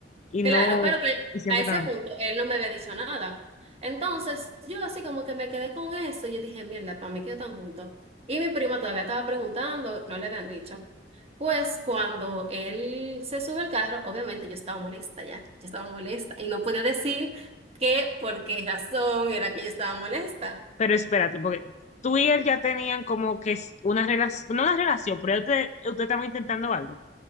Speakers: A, on the left; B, on the right.
A: Y
B: Claro,
A: no,
B: pero que
A: y siempre
B: a ese
A: está.
B: punto él no me había dicho nada. Entonces, yo así como que me quedé con eso. y Yo dije, mierda, para mí que tan juntos. Y mi prima todavía estaba preguntando, no le habían dicho. Pues cuando él se sube al carro, obviamente yo estaba molesta ya, yo estaba molesta y no podía decir qué, por qué razón era que yo estaba molesta.
A: Pero espérate, porque tú y él ya tenían como que es una relación, no una relación, pero ustedes usted usted estaba intentando algo.